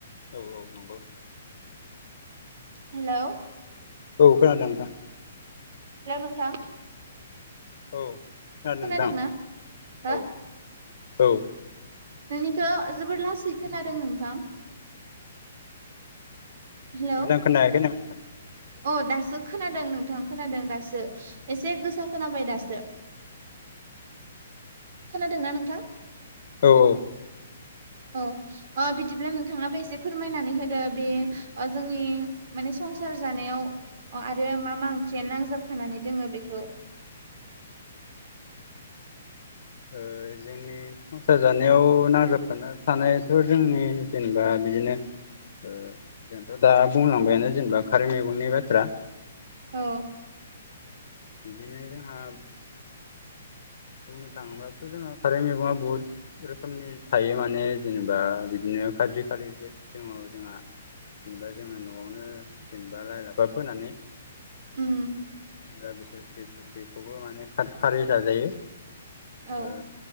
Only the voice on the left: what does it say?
औ औ नंगौ।
औ, खोनादों नोंथां।
औ खोनादों
नोंथां
औ औ
मोजां खोनायाखै नों
औ औ
<inaudible> ओ जोंनि संसार जानायाव नांजाबफानानै थानायाथ' जोंनि जेनोबा बिदिनो ओ जोंथ दा बुंलांबाय आंनो जेनोबा खारै मैगंनि बाथ्रा
बिदिनो जोंहा बुंनो थाङोब्लाथ' जोंहा खारै मैगङा बुहुद रोखोमनि थायो माने जेनेबा बिदिनो नो खाथि खालि दङ जोंहा। जेनेबा जोङो न'आवनो जेनेबा लाइ लाफा फोनानै
दा बिसोर बे बेखौबो मानि खारै जाजायो।
ओ